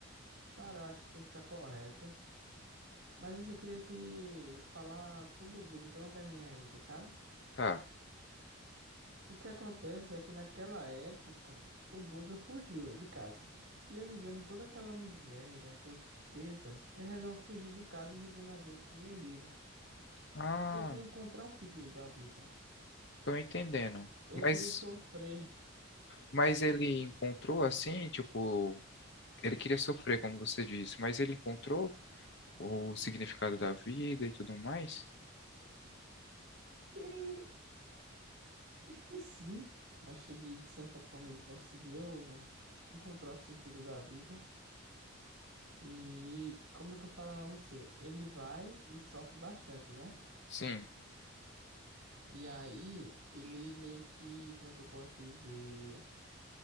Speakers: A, on the right; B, on the left.
A: Cara, eu acho que você está correto. Mas isso eu queria te falar sobre o Buda, que eu não terminei ainda, sabe?
B: Tá.
A: O que acontece é que naquela época o Buda fugiu de casa. E ele vendo toda aquela miséria, aquela tristeza, ele resolve fugir de casa e viver nas ruas como mendigo.
B: Ah,
A: Ele queria encontrar um sentido da vida.
B: tô entendendo.
A: Ele
B: Mas
A: queria sofrer.
B: Mas ele encontrou assim, tipo, ele queria sofrer, como você disse, mas ele encontrou o significado da vida e tudo mais?
A: E que sim, acho de que certa forma ele conseguiu encontrar o sentido da vida. E como eu tô falando a você, ele vai e sofre bastante, né?
B: Sim.
A: E aí, ele meio que, como é que eu posso dizer?